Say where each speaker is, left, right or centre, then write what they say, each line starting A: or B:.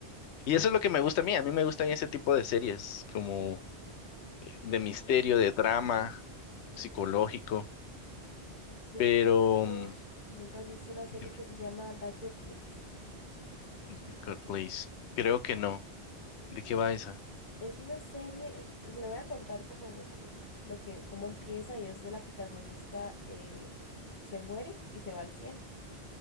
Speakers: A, on the left; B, on the left.
A: Y eso es lo que me gusta a mí. A mí me gustan ese tipo de series, como de misterio, de drama, psicológico.
B: Nunca
A: Pero,
B: has visto,
A: mm,
B: nunca has visto una serie
A: dígame,
B: que se llama The Good Place.
A: The Good Place, creo que no. ¿De qué va esa?
B: Es una serie, pues, le voy a contar como lo que, lo que, cómo empieza y es de la protagonista eh, se muere y se va al cielo.